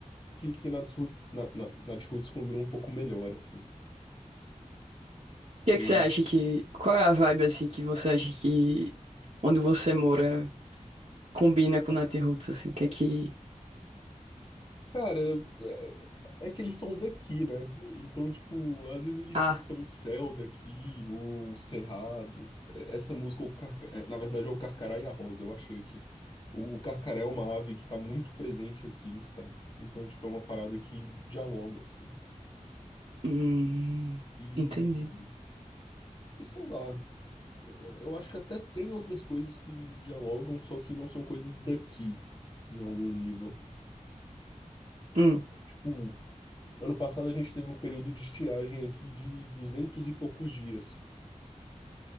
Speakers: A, on the left; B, on the right.
A: que, que Nath Roots, na, na, Nath Roots combina um pouco melhor assim.
B: que
A: Tem.
B: é que você acha que. Qual é a vibe assim que você acha que onde você mora combina com Natiruts, assim? O que é que.
A: Cara, é é que eles são daqui, né? Então, tipo, às vezes eles
B: Ah.
A: citam o Céu daqui, ou o Cerrado. É- Essa música, o Carca- é, na verdade, é o Carcará e a Rosa, eu achei que. O o Carcará é uma ave que tá muito presente aqui, sabe? Então, tipo, é uma parada que dialoga, assim.
B: Hum.
A: E,
B: Entendi.
A: e sei lá. é, Eu acho que até tem outras coisas que dialogam, só que não são coisas daqui, em algum nível.
B: Hum.
A: Tipo. Ano passado a gente teve um período de estiagem aqui de duzentos e poucos dias.